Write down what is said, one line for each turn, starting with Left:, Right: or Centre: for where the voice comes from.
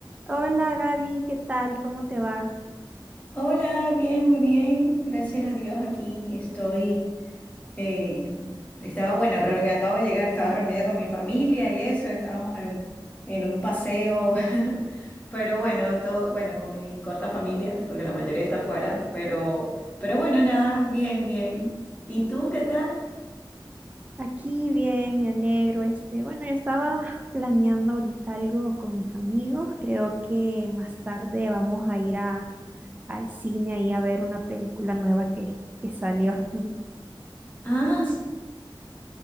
Right: Hola Gaby, ¿qué tal? ¿Cómo te va?
Left: Hola, bien, muy bien. Gracias a Dios, aquí estoy. eh, estaba, bueno, re- acabo de llegar, estaba reunida con mi familia y eso, estábamos en, en un paseo, <laughs> pero bueno, todo, bueno, con mi corta familia, porque la mayoría está fuera, pero, pero bueno, nada, bien, bien. ¿Y tú qué tal?
Right: Aquí bien, me alegro. Este, bueno, yo estaba planeando ahorita algo con mis amigos. Creo que más tarde vamos a ir a, al cine y a ver una película nueva que, que salió. <laughs>
Left: Ah, s-